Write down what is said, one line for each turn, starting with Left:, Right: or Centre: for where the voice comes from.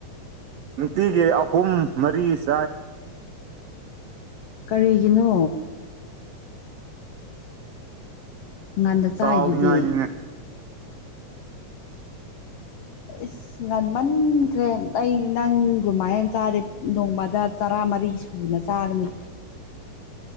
Right: ꯅꯨꯄꯤꯒꯤ ꯑꯍꯨꯝ ꯃꯔꯤꯁ
Left: ꯀꯔꯤꯒꯤꯅꯣ ꯉꯥꯟꯗ ꯆꯥꯏꯗꯨꯗꯤ
Right: ꯆꯥꯎꯅꯤꯉꯥꯏꯅꯤꯅꯦ
Left: ꯏꯁ ꯉꯟ ꯃꯟꯈ꯭ꯔꯦ ꯑꯩꯗꯤ ꯅꯪꯒꯨꯝꯃꯥꯏꯅ ꯆꯥꯗꯦ ꯅꯣꯡꯃꯗ ꯆꯔꯥ ꯃꯔꯤ ꯁꯨꯅ ꯆꯥꯔ ꯅꯤ
Right: <inaudible>